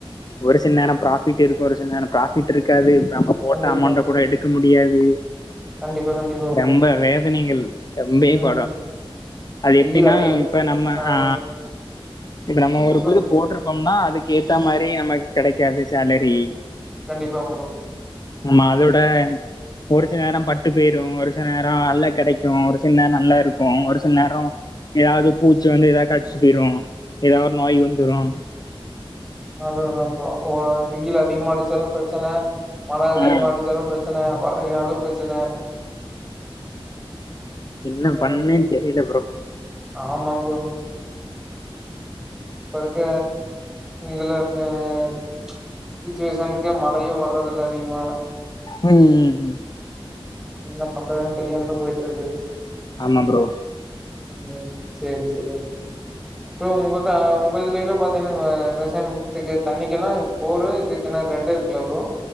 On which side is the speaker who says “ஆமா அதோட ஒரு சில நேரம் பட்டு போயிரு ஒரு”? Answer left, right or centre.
Left